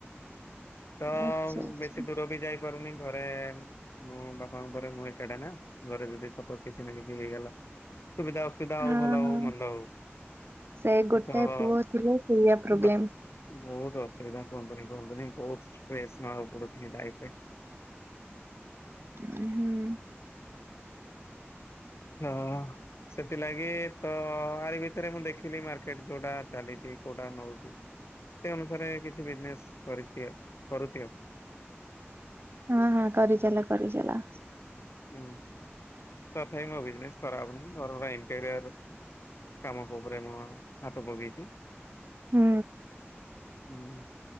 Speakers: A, on the left; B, on the right.
A: ତ-ଅ-ଅ-ଅ
B: ଆଚ୍ଛା ଆଚ୍ଛା
A: ବେଶୀ ଦୂର ବି ଯାଇପାରୁନି ଥରେ-ଏ-ଏ ମୋ ବାପାଙ୍କ ପରେ ମୁଁ ଏକାଟା ନା, ଘରେ ଯଦି ସପୋଜ୍ କିଛି ନା କିଛି ହେଇଗଲା ସୁବିଧା ଅ ବିଧା ହଉ
B: ହଁ
A: ଭଲ ହଉ ମନ୍ଦ ହଉ,
B: ସେ ଗୋଟେ
A: ତ-ଅ-ଅ
B: ପୁଅ ଥିଲେ ସେଇଆ ପ୍ରୋବ୍ଲେମ।
A: ବାସ୍ ବହୁତ ଅସୁବିଧା। କୁହନ୍ତୁନି କୁହନ୍ତୁନି ବହୁତ ଷ୍ଟ୍ରେସ୍ ନବାକୁ ପଡୁଛି ଲାଇଫ୍ ପାଇଁ।
B: ହୁଁ-ଉ-ଉ,
A: ହଁ-ଅ-ଅ-ଅ, ସେଥିଲାଗି ତ-ଅ-ଅ-ଅ ଆରି ଭିତରେ ମୁଁ ଦେଖିଲି ମାର୍କେଟ ଯୋଉଟା ଚାଲିଛି କୋଉଟା ନଉଛି, ସେ ଅନୁସାରେ କିଛି ବିଜନେସ୍ କରିଚି, କରୁଚି ଆଉ।
B: ହଁ ହଁ କରିଚାଲ କରିଚାଲ।
A: ହୁଁ ତଥାପି ମୋ ବିଜନେସ୍ ଖରାପ ନାହିଁ ଘରର ଏନଟରିଅର କାମ ପୋପେରେମ ହାତ ପକେଇଛି।
B: ହୁଁ,
A: ହୁଁ,